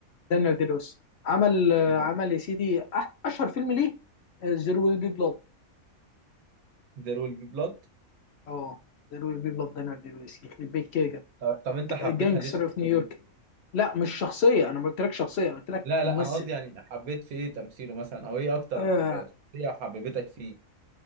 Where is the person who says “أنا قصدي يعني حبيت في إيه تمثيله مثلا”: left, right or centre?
Right